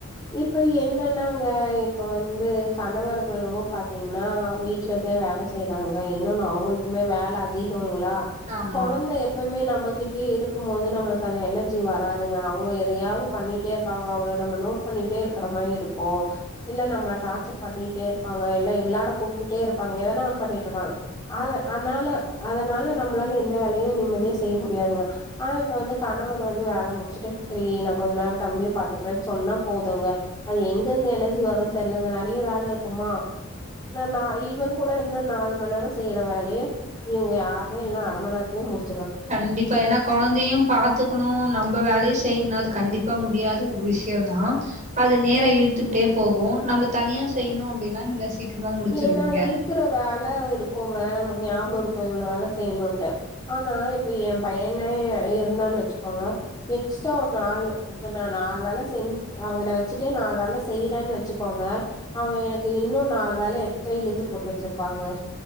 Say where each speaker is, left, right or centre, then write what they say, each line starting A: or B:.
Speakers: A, on the left (about 20°); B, on the right (about 35°).
A: இப்ப என்னென் நாங்க இப்போ வந்து கணவர்ங்களுங்கு பாத்தீங்னா வீட்லந்தே வேல செய்யறாங்க இன்னொன்னு அவுங்களுக்குமே வேல அதிகோங்ளா
B: ஆமா.
A: கொழந்த எப்பவுமே நாம் ம கிட்டயே இருக்கும் போது நம்மளுக்கு அந்த எனர்ஜி வராதுங்க அவங்க எதையாவது பண்ணிட்டே இருப்பாங்க அவங்கள நம்ம நோட் பண்ணிட்டே இருக்கற மாரி இருக்கு இல்ல நம்மள டார்ச்சர் பண்ணிட்டே இரு ப்பாங்க இல்ல விளாட கூப்டுட்டே இருப்பாங்க எதனா ஒண்ணு பண்ணிட்ருப்பாங்க அத அதனால அதனால நம்மளால எந்த வேலையு நிம்மதியா செய்ய முடியாதுங்க ஆனா இப்ப வந்து கணவர் வந்து வேல முடிச்சுட்டு சரி நா கொஞ்ச நேர தம்பியு பாத்துக்கறேன் சொன்னா போதுங்க அது எங்கிருந்து எனர்ஜி வருன் தெர்லங்க நறைய வேல இருக்குமா நா நா இவ கூட இருந்தா நாலு மண் நேர செய்ற வேலைய இவுங்க யாருமே இல்னா அரை மண் நேரத்துலயே முடிச்
B: கண்டிப்பா ஏனா கொழந்தையு பாத்துக்கணு நம்ப வேலையு செய்னு அது கண்டிப்பா முடியாத ஒரு விஷயந்தா அது நேர இழுத்துட்டே போகு நம்ம தனியா செய்ணு அப்டினா நீங்க சீக்கிரமா முடிச்சிருவீங்க
A: ஏன்னா இருக்குற வேலை இருக்குங்க நமக்கு ஞாபக இருக்கு இவ்ளோ வேல செய்ணுன்ட்டு ஆனா இப்ப எம் பையனே இருந்தானு வச்சுக்கோங்க எக்ஸ்டா ஒரு நாலு இப்ப நா நாலு வேலை செஞ் அவன வச்சுட்டே நாலு வேலை செய்யிறேன் வச்சு க்கோங்க அவ எனக்கு இன்னு நாலு வேலை எக்ஸ்ட்ரா இழுத்து போட்டு வெச்சிருப்பாங்க